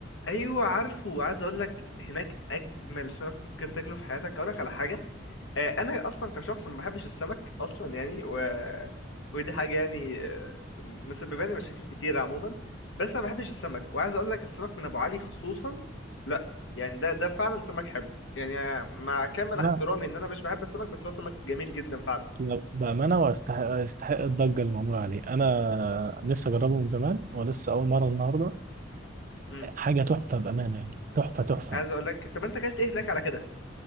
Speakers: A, on the left; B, on the right.
A: ايوه عارفه عايز اقول لك هناك اجمل سمك ممكن تاكله في حياتك اقول لك على حاجه آه، انا اصلا كشخص ما بحبش السمك اصلا يعني و... ودي حاجه يعني آه، مسببه لي مشاكل كتيره عموما بس انا ما بحبش السمك وعايز اقول لك السمك من ابو علي خصوصا لا يعني ده ده فعلا سمك حلو يعني مع كامل
B: لا
A: احترامي ان انا مش بحب السمك بس هو سمك جميل جدا فعلا
B: لا، بامانه ويستحق يستحق الضجه اللي معموله عليه انا نفسي اجربه من زمان ولسه اول مره النهارده
A: امم
B: حاجه تحفه بامانه يعني تحفه تحفه
A: عايز اقول لك طب انت اكلت ايه هناك على كده